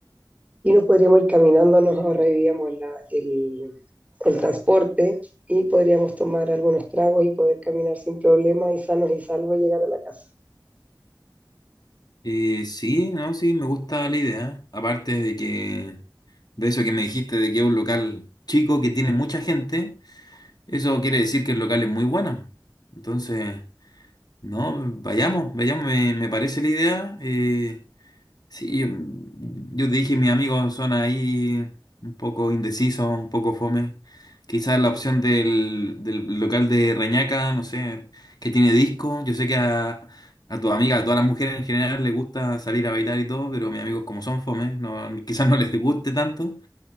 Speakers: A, on the right (about 20°); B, on the left (about 60°).
A: y nos podríamos ir caminando, nos ahorraríamos la, el, el transporte y podríamos tomar algunos tragos y poder caminar sin problema y sanos y salvos llegar a la casa.
B: Eh, sí, no, sí, me gusta la idea. Aparte de que, de eso que me dijiste, de que es un local chico que tiene mucha gente, eso quiere decir que el local es muy bueno. Entonces, no, vayamos, vayamos, me, me parece la idea. eh, Sí, yo, yo te dije, mis amigos son ahí un poco indecisos, un poco fome. Quizás la opción del, del local de Reñaca, no sé, que tiene disco. Yo sé que a, a tu amiga, a todas las mujeres en general les gusta salir a bailar y todo, pero mis amigos como son fome, no, <laughs> quizás no les guste tanto.